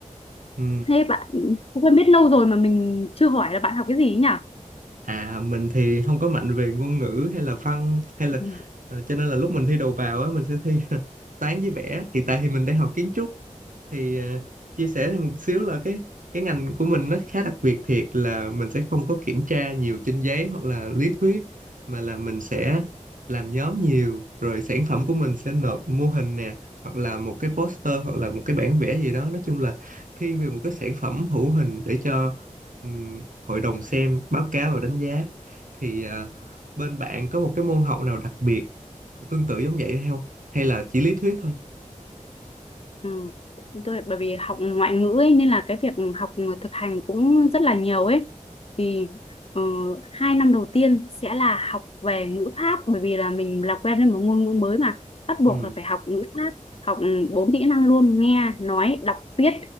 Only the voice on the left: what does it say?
Thế bạn cũng quen biết lâu rồi mà mình chưa hỏi là bạn học cái gì ấy
nhỉ?
Ừ. Tôi, bởi vì học ngoại ngữ ấy, nên là cái việc học thực hành cũng rất là nhiều ấy thì ờ, hai năm đầu tiên sẽ là học về ngữ pháp bởi vì là mình làm quen với một ngôn ngữ mới mà bắt buộc
là phải học ngữ pháp học ừ, bốn kỹ năng luôn nghe nói đọc viết